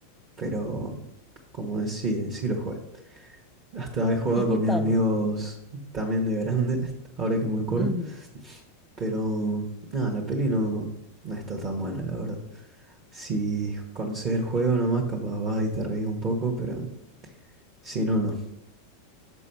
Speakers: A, on the right (about 40°); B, in the centre.
A: pero como es, sí, sí lo jugué. Hasta he jugado
B: ¿Y qué
A: con
B: tal?
A: mis amigos también de grande, <laughs> ahora que me acuerdo.
B: Ujú.
A: Pero nada, la peli no, no está tan buena, la verdad. Si conoces el juego nomás, capaz vas y te reís un poco, pero si no, no.